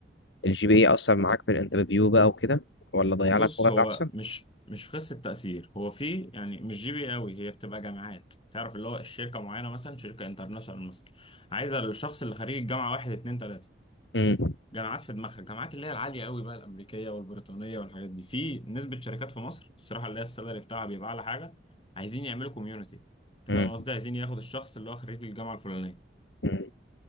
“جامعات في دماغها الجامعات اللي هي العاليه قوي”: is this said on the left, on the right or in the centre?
Left